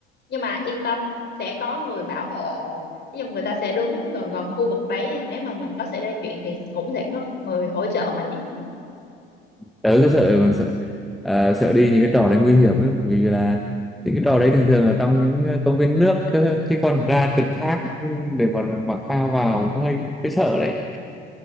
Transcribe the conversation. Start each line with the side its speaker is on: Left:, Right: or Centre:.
Left: Nhưng mà yên tâm sẽ có người bảo hộ nhưng người ta sẽ đứng gần gần khu vực đấy nếu mà mình có xảy ra chuyện thì cũng sẽ có người hỗ trợ mình ý
Centre: tớ cứ sợ bằng sợ à, sợ đi những cái trò đấy nguy hiểm ấy, vì là những cái trò đấy thường thường là trong những ờ, công viên nước cơ, chứ còn ra trượt thác ừ, để mà mặc phao vào có hơi hơi sợ đấy